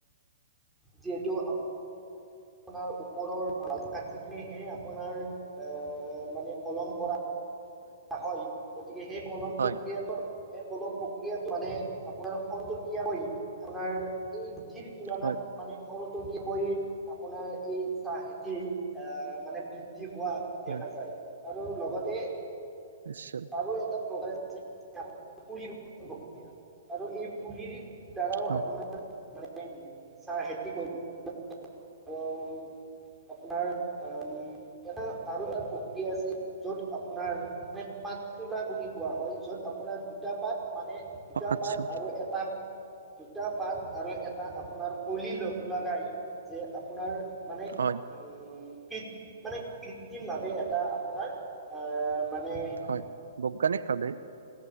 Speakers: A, in the centre; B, on the right (about 85°).
A: যিহেতু আপোনাৰ ওপৰৰ ভাত কাট কিহে আপোনাৰ এ মানে কলম কৰা হয় গতিকে সেই কলম
B: হয়
A: প্ৰক্ৰিয়াটো সেই কলম প্ৰক্ৰিয়াত মানে আপোনাৰ খৰতকীয়া কৈ আপোনাৰ এই গুটি তুলনাত
B: হয়
A: মানে খৰটকীয়া কৈ আপোনাৰ এই চাহ খেতি মানে বৃদ্ধি হোৱাত দেখা
B: হয়
A: যায়। আৰু লগতে
B: <unintelligible>
A: আৰু এটা ক'ভাৰেজ আছে পুলি ৰোৱা প্ৰক্ৰিয়া আৰু এই পুলী দ্বাৰাও
B: হয়
A: আপোনাৰ <unintelligible> আপোনাৰ আ উম এটা আৰু এক প্ৰক্ৰিয়া আছিল‌‌ য'ত আপোনাৰ মানে পাত তোলা বুলি কোৱা হয়। য'ত আপোনাৰ দুটা পাত মানে দুটা
B: আচ্ছা
A: পাত আৰু এটা দুটা পাত আৰু এটা আপোনাৰ কলি লগ লগাই যে আপোনাৰ মানে
B: হয়
A: উম কৃত মানে কৃত্ৰিম ভাৱে এটা আপোনাৰ আহ মানে
B: হয় বৈজ্ঞানিক ভাৱে